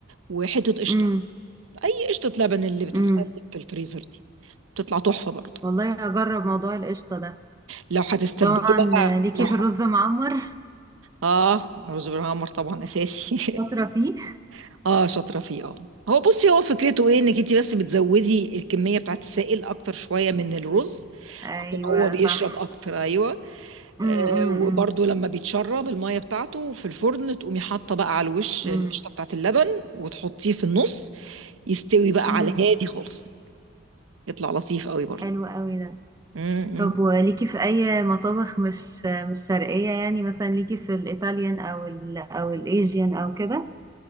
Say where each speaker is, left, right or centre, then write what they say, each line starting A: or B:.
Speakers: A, on the right; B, on the right.
A: وحتة قشطة
B: امم
A: أي قشطة لبن اللي بتتخزن
B: امم
A: في الفريزر دي بتطلع تحفة برضه
B: والله هجرب موضوع القشطة ده
A: لو هتستبدلي
B: طبعا
A: بقى
B: آه، ليكي
A: لو
B: في
A: ح...
B: الرز معمر <laughs>
A: اه رز بالعمر طبعا أساسي
B: شاطرة فيه
A: <laughs> اه شاطرة فيه اه هو بصي هو فكرته ايه انك انت بس بتزودي الكمية بتاعت السائل اكتر شوية من الرز
B: ايوه
A: عشان هو بيشرب
B: صح
A: اكتر ايوه
B: امم
A: آه
B: امم
A: وبرده لما بيتشرب الميه بتاعته في الفرن تقومي حاطه بقى على الوش
B: امم
A: القشطه بتاعت اللبن وتحطيه في النص يستوي بقى
B: امم
A: على الهادي خالص يطلع لطيف قوي
B: حلو قوي ده
A: برده
B: طب وليكي في اي مطابخ مش مش شرقية يعني مثلا ليكي في الايطاليان او ال او الايجيان او كده